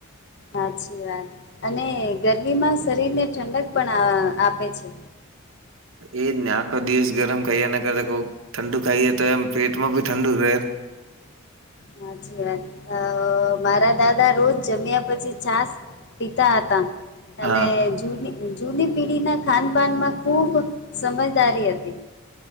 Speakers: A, on the left; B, on the right.
A: હાચી વાત. અને ગરમીમાં શરીરને ઠંડક પણ આ આપે છે.
B: એજ ને. આખો દિવસ ગરમ ખાઈ એના કરતા ક ઠંડુ ખાઈએ તો એમ પેટમાં ભી ઠંડુ રહે.
A: હાચી વાત. અહ મારા દાદા રોજ જમ્યા પછી છાસ પીતા હતા. અને
B: હા
A: જૂની-જૂની પીઢીના ખાનપાનમાં ખુબ સમજદારી હતી.